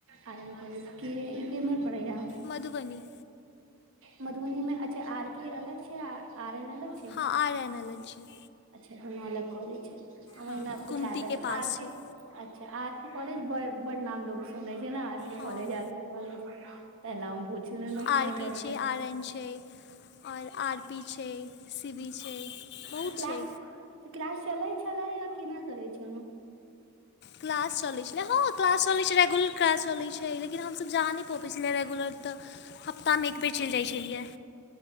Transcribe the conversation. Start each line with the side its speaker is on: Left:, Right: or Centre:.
Right: आर एन कॉलेजके ई केमर पढ़ैा
Left: मधुबनी
Right: मधुबनी मे अच्छा! आर के अलग छै, आ आर एन अलग छै?
Left: हँ आर एन अलग छैय।
Right: अच्छा! दुनू अलग कॉलेज छै,
Left: हँ
Right: मे पुछा
Left: गुमतीके
Right: द
Left: पास
Right: आर के
Left: छै
Right: अच्छा! आर के कॉलेज ब बड नाम लोग सुनै छै, ने आर के
Left: हँ
Right: कॉलेज, आर के कॉलेज। तऽ ल हम बुझल नोकिया
Left: आर के
Right: मते
Left: छै
Right: <unintelligible>
Left: आर एन छैे। आओर आर पी छै, सी वी छै। बहुत
Right: त
Left: छै
Right: क्लास क्लास चलैत छलै, या केना करैत छलहुँ?
Left: क्लास चलै छलै, हँ क्लास चलैत छै, रेगुलर क्लास चलैत छै, लेकिन हमसब जा नहि पबैत छलियै रेगुलर। तऽ, हफ्तामे एक बेर चलि जाइ छलियै।